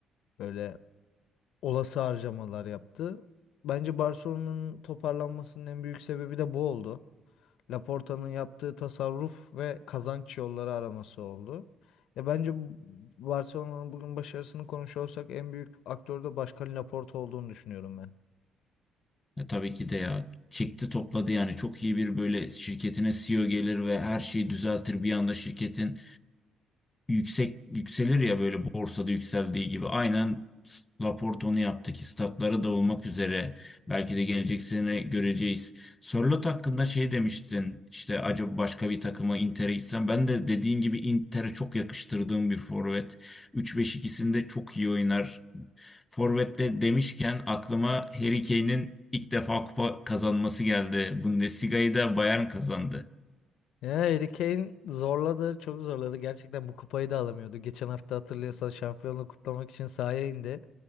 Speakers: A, on the left (about 80°); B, on the left (about 15°).
A: böyle olası harcamalar yaptı. Bence Barcelona'nın toparlanmasının en büyük sebebi de bu oldu. Laporta'nın yaptığı tasarruf ve kazanç yolları araması oldu. Ya bence bu- Barcelona'nın bugün başarısını konuşuyorsak en büyük aktör de Başkan Laporta olduğunu düşünüyorum ben.
B: E, tabii ki de ya. Çekti topladı yani çok iyi bir böyle şirketine CEO gelir ve her şeyi düzeltir bir anda şirketin yüksek yükselir ya böyle borsada yükseldiği gibi. Aynen S- yaptık onu da olmak üzere belki de gelecek sene göreceğiz. Sörloth hakkında şey demiştin işte acaba başka bir takıma Inter'e gitsem ben de dediğin gibi Inter'e çok yakıştırdığım bir forvet. 3 5 ikisinde çok iyi oynar. Forvet'te demişken aklıma Harry Kane'in ilk defa kupa kazanması geldi. Bundesliga'yı da Bayern kazandı.
A: Ya Harry Kane zorladı, çok zorladı. Gerçekten bu kupayı da alamıyordu. Geçen hafta hatırlıyorsan şampiyonluğu kutlamak için sahaya indi.